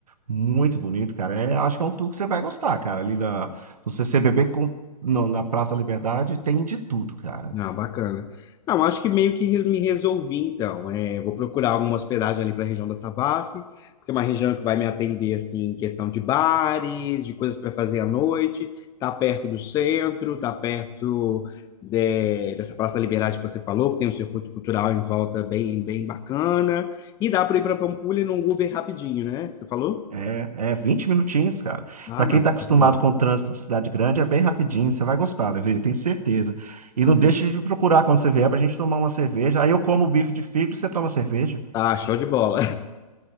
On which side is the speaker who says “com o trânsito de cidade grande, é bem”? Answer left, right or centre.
Right